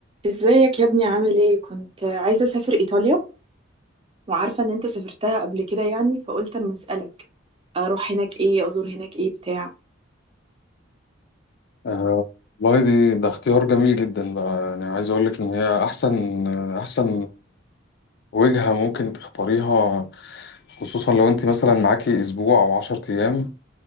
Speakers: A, on the right (about 25°); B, on the left (about 55°).
A: ازيك يا ابني عامل ايه كنت عايزة اسافر ايطاليا وعارفة ان انت سافرتها قبل كده يعني فقلت اما اسألك اروح هناك ايه ازور هناك ايه بتاع
B: آه، والله دي ده اختيار جميل جدا بقى يعني عايز اقول لك ان هي احسن احسن وجهة ممكن تختاريها خصوصا لو انت مثلا معاكي اسبوع او عشر ايام